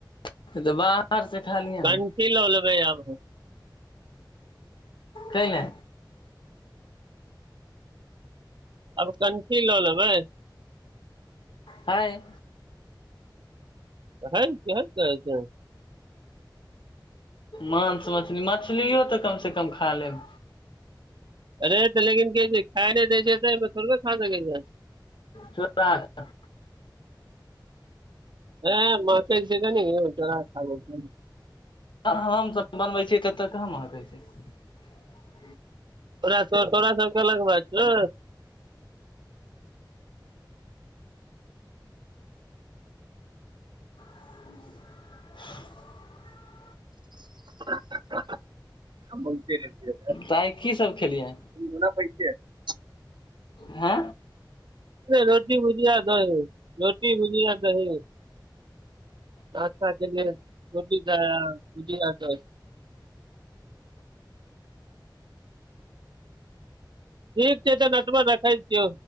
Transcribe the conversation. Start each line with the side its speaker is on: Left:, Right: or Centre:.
Left: छै किछु त बाहर सँ खालियै
Right: कंठी
Left: ने
Right: लऽ लेबै आब हम
Left: कइलै
Right: आब कनठी लऽ लेबै
Left: हय
Right: हय की हय कहै छै
Left: माँंस मछली मछलियो तऽ कमसँ कम खा लेब
Right: अरे तऽ लेकिन कह खाय नहि दै छै थोड़बे खा सकै छै
Left: चोरा क
Right: ए महकइ कनीक यौ चौरा क खा लइ छी
Left: हम तऽ बनबै छियै ततय कहाँ महकइ छै
Right: तोरा तोरा सबके अलग बात छौ
Left: <inaudible>
Right: <inaudible> ब गना
Left: तऽ आइ
Right: पैस
Left: की सब खेलियै
Right: <unintelligible>
Left: हँ
Right: रोटी भुजिया दही रोटी भुजिया दही रास्ता के लल रोटी भुजिया द ठीक छैइ तऽ नटवर रखैइ छियौ